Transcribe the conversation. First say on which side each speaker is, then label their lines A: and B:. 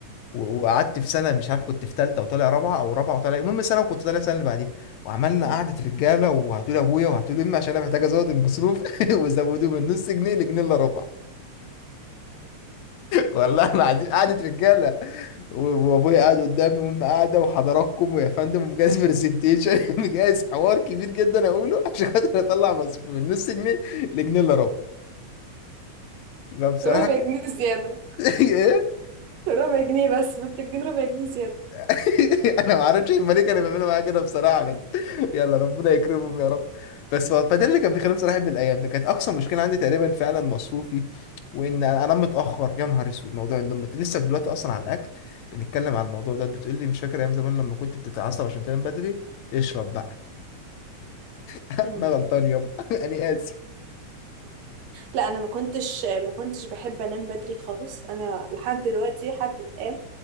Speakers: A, on the left (about 80°); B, on the right (about 70°).
A: و- وقعدت في سنه مش عارف كنت في ثالثه وطالع رابعه او رابعه وطالع المهم سنه وكنت طالع السنه اللي بعديها وعملنا
B: مم.
A: قعده رجاله وهاتوا لي ابويا وهاتوا لي امي عشان انا محتاج ازود المصروف <laughs> وزودوه من نص جنيه لجنيه الا ربع والله العظيم قعده رجاله و- وابويا قاعد قدامي وامي قاعده وحضراتكم ويا فندم ومجهز برزنتيشن <laughs> مجهز حوار كبير جدا اقوله عشان خاطر اطلع مصروفي من نص جنيه لجنيه الا ربع فبصراحه
B: ربع جنيه زيادة
A: <laughs> ايه
B: ربع جنيه بس محتاجين ربع جنيه زيادة
A: <laughs> انا ما اعرفش الملك كان بيعملوا معايا كده بصراحه بس <laughs> يلا ربنا يكرمهم يا رب بس ف- فده اللي كان بيخليني بصراحه بالايام فكانت اقصى مشكله عندي تقريبا فعلا مصروفي وان انام متاخر يا نهار اسود موضوع النوم مت- لسه دلوقتي اصلا على الاكل بنتكلم على الموضوع ده بتقول لي مش فاكر ايام زمان لما كنت بتتعصب عشان تنام بدري اشرب بقى <laughs>
B: مم.
A: انا غلطان يوم <laughs> انا اسف
B: لا انا ما كنتش ما كنتش بحب انام بدري خالص انا لحد دلوقتي لحد الان